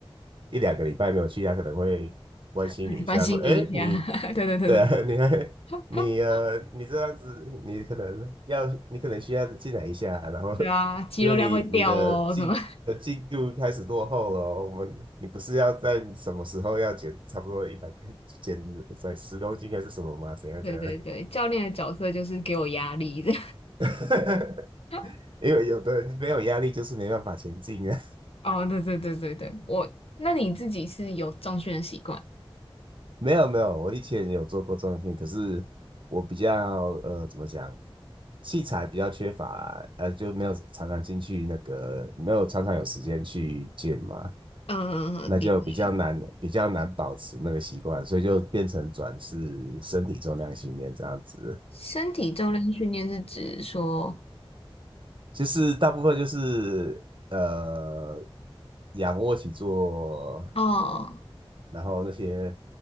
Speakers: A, on the right; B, on the left.
A: 一两个礼拜没有去，他可能会关心你一下，
B: 哎关心你一下，
A: 说：“哎，你
B: <laughs> 对对对对对。
A: 对啊，你还你呃，
B: <laughs>
A: 你这样子，你可能要你可能需要进来一下，然后
B: 对啊，肌肉量会掉哦，
A: 因为你你的进的进度开始落后了哦我们，
B: 什么？
A: 你不是要在什么时候要减差不多一百减在十公斤还是什么吗？
B: <laughs>
A: 怎样怎样？
B: 对对对，教练的角色就是给我压力的。
A: <laughs>
B: <laughs>
A: 因为有的人没有压力就是没办法前进啊。
B: 哦，对对对对对，我，那你自己是有重训的习惯？
A: 没有没有，我以前也有做过重种训练，可是我比较呃怎么讲，器材比较缺乏啦呃就没有常常进去那个，没有常常有时间去健嘛，
B: 嗯，
A: 那就比较难比较难保持那个习惯，
B: 理解。
A: 所以就变成转是身体重量训练这样子，
B: 身体重量训练是指说，
A: 其是大部分就是呃仰卧起坐，
B: 哦
A: 然后那些